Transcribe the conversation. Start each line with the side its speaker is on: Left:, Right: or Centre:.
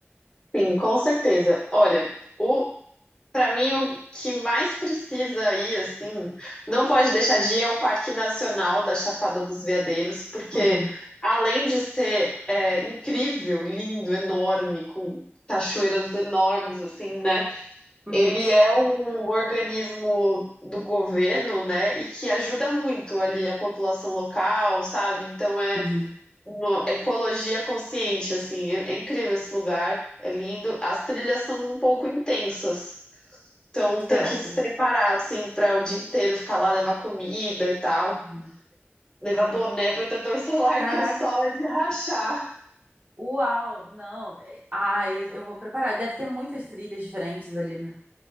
Left: sim, com certeza. Olha, o Pra mim, o que mais precisa ir, assim, não pode deixar de ir é o Parque Nacional da Chapada dos Veadeiros, porque
Right: Uhum.
Left: além de ser é, incrível, lindo, enorme, com cachoeiras enormes, assim, né?
Right: Uhum.
Left: Ele é um organismo do governo, né? E que ajuda muito ali a população local, sabe? Então é
Right: Uhum.
Left: uma ecologia consciente, assim, é é incrível esse lugar, é lindo. As trilhas são um pouco intensas. Então tem
Right: Certo.
Left: que se preparar, assim, para o dia inteiro ficar lá, levar comida e tal.
Right: Uhum.
Left: Levar boné, protetor solar,
Right: Caraca.
Left: que o sol é de rachar.
Right: Uau, não. Ai, eu vou preparar. Deve ter muitas trilhas diferentes ali, né?